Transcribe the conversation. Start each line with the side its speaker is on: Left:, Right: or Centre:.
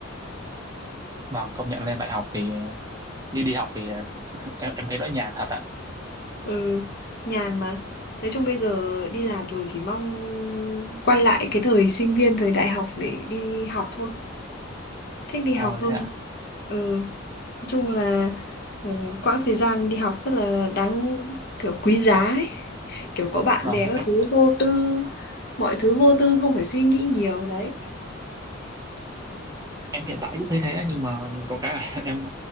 Right: vâng công nhận lên đại học thì đi đi học thì em em thấy nó nhàn thật ạ
Left: Ừ, nhàn mà. Nói chung bây giờ đi làm rồi chỉ mong quay lại cái thời sinh viên thời đại học để đi học thôi. Thích đi
Right: ôi
Left: học hơn.
Right: thế ạ
Left: Ừ. Nói chung là ừ, quãng thời gian đi học rất là đáng kiểu quý giá ấy. Kiểu có bạn
Right: vâng
Left: bè các
Right: em
Left: thứ vô tư, mọi thứ vô tư không phải suy nghĩ nhiều đấy.
Right: em hiện tại cũng thấy thế nhưng mà có cái là <laughs> em